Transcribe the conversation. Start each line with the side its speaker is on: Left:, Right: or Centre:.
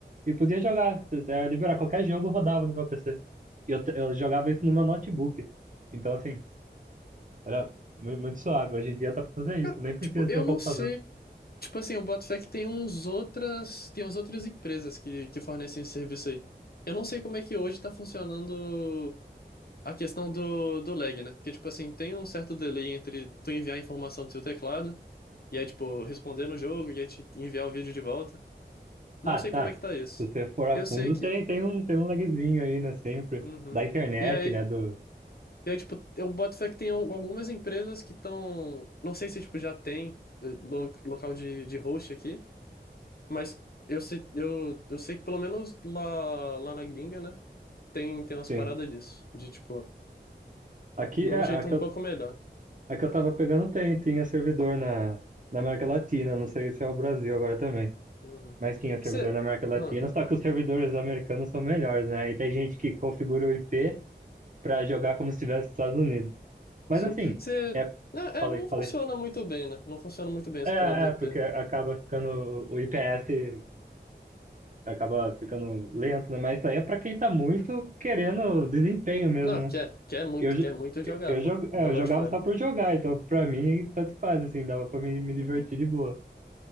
Right: e podia jogar, era liberar qualquer jogo rodava no meu PC. E eu, eu jogava isso
Left: Uhum.
Right: no meu notebook. Então, assim, era mu- muito suave. Hoje em dia tá pra fazer
Left: Cara,
Right: isso, nem precisa
Left: tipo, eu
Right: ter o computador.
Left: não sei. Tipo assim, o Botfec tem uns outras, tem umas outras empresas que, que fornecem esse serviço aí. Eu não sei como é que hoje tá funcionando a questão do, do lag, né? Porque, tipo assim, tem um certo delay entre tu enviar a informação do teu teclado e aí, tipo, responder no jogo e aí te enviar o vídeo de volta. Não
Right: Ah,
Left: sei
Right: tá.
Left: como é que tá isso.
Right: Se você for a
Left: Eu
Right: fundo,
Left: sei que...
Right: tem, tem um, tem um lagzinho aí, né? Sempre.
Left: Uhum.
Right: Da internet,
Left: E aí,
Right: né? Do,
Left: e aí tipo, o Botfec tem al- algumas empresas que estão... Não sei se, tipo, já tem eh, lo- local de, de host aqui, Mas eu sei, eu, eu sei que pelo menos lá, lá na gringa, né? Tem, tem umas
Right: sim.
Left: paradas disso. De tipo,
Right: Aqui,
Left: de
Right: é,
Left: um jeito
Right: aqui,
Left: um pouco melhor.
Right: A que eu tava pegando tem, tinha servidor na, na América Latina, não sei se é o Brasil agora também,
Left: Uhum.
Right: mas tinha servidor
Left: Você.
Right: na América Latina,
Left: Ah,
Right: só que os servidores americanos são melhores, né? E tem gente que configura o IP pra jogar como se estivesse nos Estados Unidos. Mas
Left: sim.
Right: assim,
Left: Você.
Right: é,
Left: É,
Right: falei,
Left: é, não funciona
Right: falei.
Left: muito bem, né? Não funciona muito bem essa
Right: É,
Left: parada do IP.
Right: é, porque acaba ficando, o IPS acaba ficando lento, né? Mas isso aí é pra quem tá muito querendo desempenho mesmo,
Left: Não,
Right: né?
Left: quer, quer muito,
Right: Eu, jo-
Left: quer muito jogar,
Right: eu,
Left: pô.
Right: jo- é,
Left: Do
Right: eu
Left: lado
Right: jogava
Left: de fora.
Right: só por jogar, então pra mim tanto faz, assim, dava pra me, me divertir
Left: Uhum.
Right: de boa.